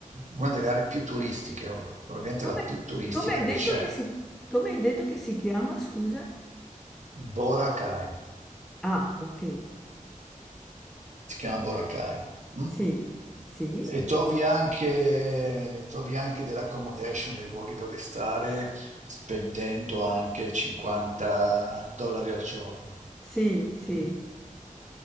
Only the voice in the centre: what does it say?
Come
come hai detto
che si come hai detto che si chiama, scusa?
Ah, okay.
Sì, sì,
sì, sì,